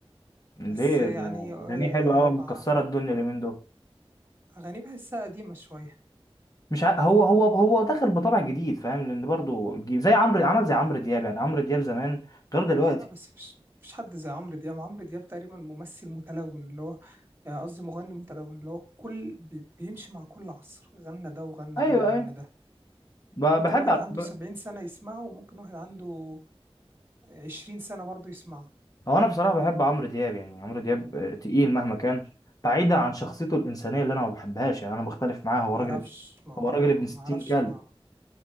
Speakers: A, on the left; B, on the right.
A: ليه
B: بس يعني
A: ده
B: آه،
A: اغانيه حلوه قوي
B: مع
A: مكسره الدنيا اليومين دول
B: أغانيه بحسها قديمة شوية
A: مش ع... هو هو هو داخل بطبع جديد فاهم لان برضو جي- زي عمرو عمل زي عمرو دياب يعني عمرو دياب زمان غير دلوقتي
B: لا بس مفيش مفيش حد زي عمرو دياب عمرو دياب تقريبا ممثل متلون اللي هو يعني قصدي مغني متلون اللي هو كل بي- بيمشي مع كل عصر غنى ده وغنى
A: ايوه
B: ده وغنى
A: ايوه
B: ده
A: ب... بحب
B: وممكن واحد
A: على-
B: عنده
A: ب...
B: سبعين سنة يسمعه وممكن واحد عنده عشرين سنة برضه يسمعه
A: هو انا بصراحه بحب عمرو دياب يعني عمرو دياب آه، تقيل مهما كان بعيدا عن شخصيته الانسانيه اللي انا ما بحبهاش يعني انا مختلف معاه هو
B: معرفش
A: راجل
B: ما
A: هو راجل ابن 60
B: معرفش
A: كلب
B: ما